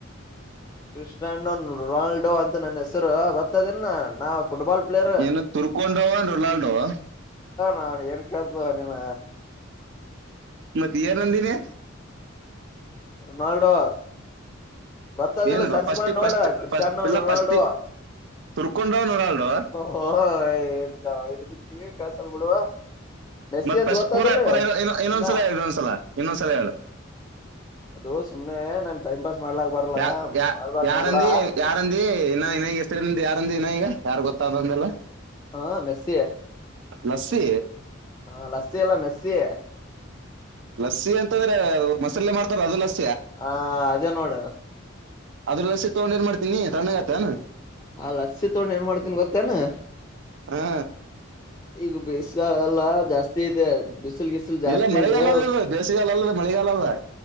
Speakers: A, on the left (about 15°); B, on the right (about 60°).
A: ಕ್ರಷ್ಣಂಡೋ ರೊನಾಲ್ಡೊ ಅಂತ ನನ್ನ ಹೆಸರು ಗೊತ್ತದನ್ನ ನಾ ಫುಟ್ಬಲ್ ಪ್ಲೇಯರ್ ಹ
B: ಏನು ತುರ್ಕೊಂಡವ ರೊನಾಲ್ಡೋ
A: ನಾನು ಕಳ್ತಿ ನಿನ
B: ಮತ್ತೆ ಏನಂದಿದೆ
A: ರೊನಾಲ್ಡೋ ಗೊತ್ತದಿಲ್ಲ
B: ಏನ್
A: ಸರ್ಚ್
B: ಫಸ್ಟ್
A: ಮಾಡಿ ನೋಡ
B: ಫಸ್ಟ್
A: ಕ್ರಿಶಾನೋ
B: ಫಸ್ಟ್ ಇಲ್ಲ
A: ರೊನಾಲ್ಡೊ
B: ಫಸ್ಟ್ ತುರ್ಕೊಂಡವ್ ರೊನಾಲ್ಡೋ
A: ಓ ನಿನಗೆ ಕಿವಿನೆ ಕೆಳಸಲ ಬಿಡು ಮೆಸ್ಸಿ
B: ಮತ್ತತ್
A: ಅಂತ
B: ಫಸ್ಟ್
A: ಗೊತ್ತದಿಲ್ಲ
B: ಪೂರಾ ಪೂರ ಇ ಇನ್ನೊಂದ್ಸಲ
A: ಇಲ್ಲ
B: ಹೇಳ ಇನ್ನೊಂದ್ಸಲ ಇನ್ನೊಂದ್ಸಲ ಹೇಳು
A: ಅದು ಸುಮನೆ ನನ್ ಟೈಮ್ ಪಾಸ್ ಮಾಡ್ಲಾಕ್ ಬರಲ್ಲ
B: ಯ ಯ
A: ಮಾಡ್ಬಾರ್ದ
B: ಯಾರಂದಿ
A: ನನ್ ಕೂಡ
B: ಯಾರಂದ ಇನ್ನ ಇನ್ನ ಈಗ ಹೆಸರಿಿಂದ ಯಾರಂದ ಇನ್ನ ಈಗ ಯಾರು ಗೊತ್ತಾದಂದಲ್ಲ
A: ಹಾ ಮೆಸ
B: ಲಸ್ಸಿ
A: ಹಾ ಲಸ್ಸಿ ಎಲ್ಲ ಮೆಸ್ಸಿ
B: ಲಸ್ಸಿ ಅಂತಂದ್ರೆ ಮಸರಲೆ ಮಾಡ್ತಾರ ಅದು ಲಸ್ಸಿ
A: ಹಾ ಅದೇ ನೋಡ
B: ಅದ್ರಲ್ಲಸಿ ತಗೊಂಡ ಏನ್ ಮಾಡ್ತೀನಿ ತಣಗತನ್
A: ಹಾ ಲಸಿ ತಗೊಂಡ ಏನ್ ಮಾಡ್ತೀನ್ ಗೊತ್ತೇನಾ
B: ಹಾ
A: ಈಗ ಬೇಸ್ಗ ಎಲ್ಲ ಜಾಸ್ತಿ ಐತೆ ಬ್ ಹಲ್ ಗಿಸಲ್ ಜಾಸ್ತಿ
B: ಇಲ್ಲ ಮಳೆಗಾಲ
A: ಇದೆ
B: ಅದ ಇದು, ಬೇಸಿಗೆಗಾಲ ಅಲ್ಲದ ಮಳೆಗಾಲ ಅದ